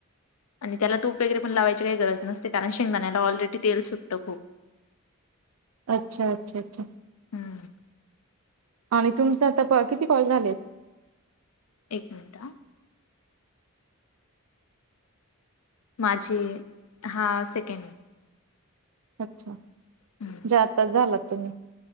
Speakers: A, on the left (about 75°); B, on the right (about 75°).
A: आणि त्याला तूप वगैरे पण लावायची काही गरज नसते कारण शेंगदाण्याला ऑलरेडी तेल सुटतं खूप.
B: अच्छा अच्छा अच्छा
A: हम्म
B: आणि तुमचं आता प किती कॉल झालेत.
A: एक मिनिटं माझी हा सेकंड हाय.
B: अच्छा म्हणजे
A: हम्म
B: आत्ताच झालात तुम्ही.